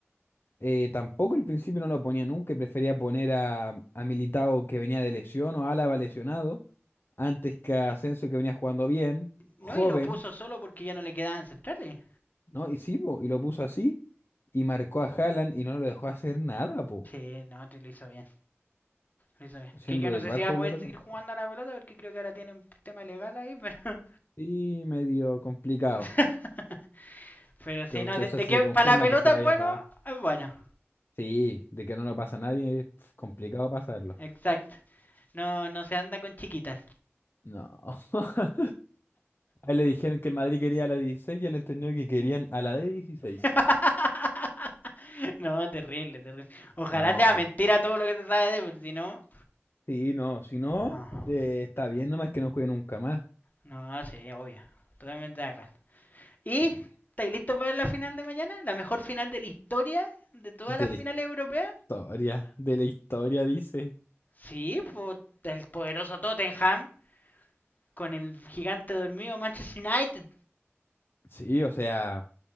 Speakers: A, on the left; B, on the left.
A: Eh, tampoco al principio no lo ponía nunca y prefería poner a, a Militao que venía de lesión o Álava lesionado antes que a Asensio que venía jugando bien,
B: No,
A: joven,
B: y lo puso solo porque ya no le quedaban centrales.
A: ¿no? Y sí, po, y lo puso así y marcó a Haaland y no lo dejó hacer nada, po.
B: Sí, no, te lo hizo bien, lo hizo bien.
A: Siendo
B: Que yo no
A: del
B: sé
A: Barça
B: si va a
A: yo
B: poder
A: lo reconozco.
B: seguir jugando a la pelota porque creo que ahora tiene un tema legal ahí, pero...
A: Sí, medio complicado.
B: <laughs> pero sí,
A: Que, o
B: no,
A: sea,
B: de,
A: o sea,
B: de
A: si
B: que
A: se
B: para
A: confirma
B: la pelota
A: que se vaya
B: es bueno,
A: para...
B: es bueno.
A: Sí, de que no lo pasa a nadie, es complicado pasarlo.
B: Exacto. No, no se anda con chiquitas.
A: No. <laughs> A él le dijeron que el Madrid quería a la 16 y él entendió que querían a la de dieciséis
B: <laughs> No, terrible, terrible. Ojalá
A: No,
B: sea mentira todo lo que te sabes pero si no.
A: Sí, no, si no,
B: No,
A: eh, está bien, nomás que no juegue nunca más.
B: no, sí, obvio. Totalmente de acuerdo. ¿Y
A: sí,
B: estáis listos para la final de mañana? ¿La mejor final de la historia de todas
A: De
B: las
A: la
B: finales europeas?
A: historia, de la historia, dice.
B: Sí, pues el poderoso Tottenham con el gigante dormido Manchester United.
A: Sí, o sea,